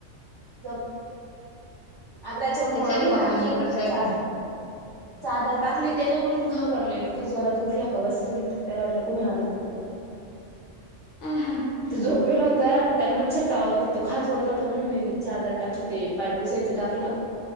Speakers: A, on the right (about 20°); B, on the left (about 70°).
A: जंप आग्र चमम
B: त्यासाठी
A: य
B: मम्मीने
A: टाकलं
B: इकड साईड
A: साधं.
B: नाही
A: चादरं टाकली ते नाहीं म्हणूंन घाबरलं इतकां जोरातं उठलं का बसकरी त्यांला वाटलं कोणी आलंच की कायं
B: आं हां.
A: तो झोपेलं होतं आणि त्यांला मच्छरं चावतं होते तो खांज होतं होतां म्हणूंन मी चादर टाकली ते पांय पुसायचं टाकलं